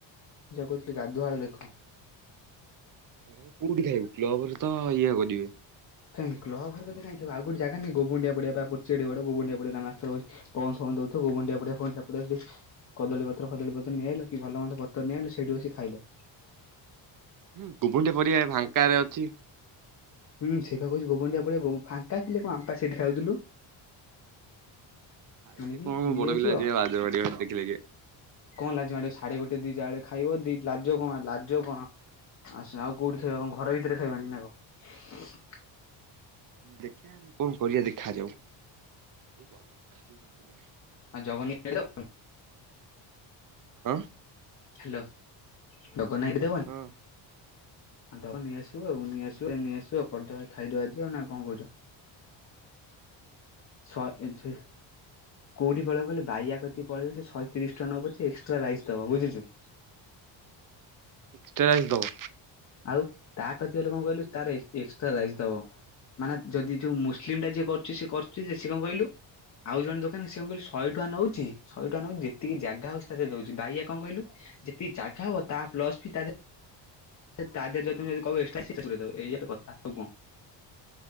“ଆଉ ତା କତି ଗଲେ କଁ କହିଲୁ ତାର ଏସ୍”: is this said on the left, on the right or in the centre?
Left